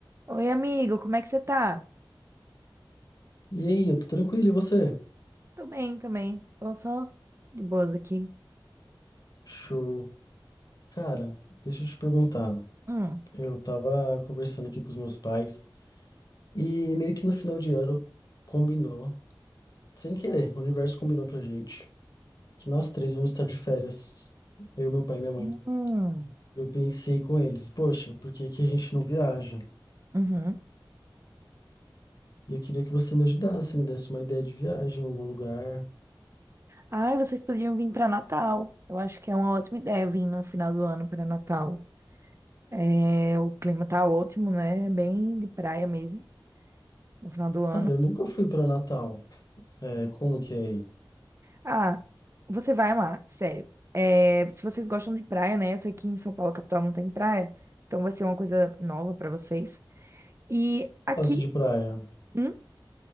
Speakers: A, on the right; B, on the left.
A: Oi, amigo, como é que você tá?
B: E aí, eu tô tranquilo, e você?
A: Tô bem também. Tô só de boas aqui.
B: Show. Cara, deixa eu te perguntar.
A: Hum.
B: Eu tava conversando aqui com os meus pais e meio que no final de ano combinou, sem querer, o universo combinou pra gente que nós três vamos estar de férias, eu, meu pai e minha mãe.
A: Hum, hum.
B: Eu pensei com eles, poxa, por que que a gente não viaja?
A: Uhum.
B: E eu queria que você me ajudasse, me desse uma ideia de viagem em algum lugar.
A: Ai, vocês podiam vir pra Natal. Eu acho que é uma ótima ideia vir no final do ano pra Natal. É, o clima tá ótimo, né? É Bem de praia mesmo, no final do ano.
B: Cara, eu nunca fui pra Natal. É, como que é aí?
A: Ah, você vai amar, sério. É, se vocês gostam de praia, né? Eu sei que em São Paulo, capital, não tem praia. Então vai ser uma coisa nova pra vocês. E aqui.
B: Gosto de praia.
A: Hum?